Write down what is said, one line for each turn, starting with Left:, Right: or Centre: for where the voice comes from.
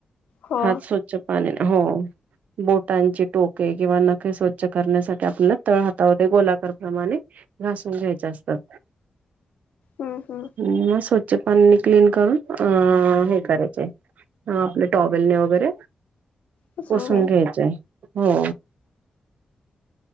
Left: हो
Right: हात स्वच्छ पाण्याने हो बोटांची टोके किंवा नखे स्वच्छ करण्यासाठी आपल्याला तळ हातावते गोलाकार प्र्रमाणे घासून घ्यायचे असतात
Left: हम हम
Right: मग स्वच्छ पाननी क्लीन करून अ हे करायचे आहे ह आपले टॉबलने वगैरे
Left: पुसून
Right: पसून
Left: घ्यायचे
Right: घ्यायचय हो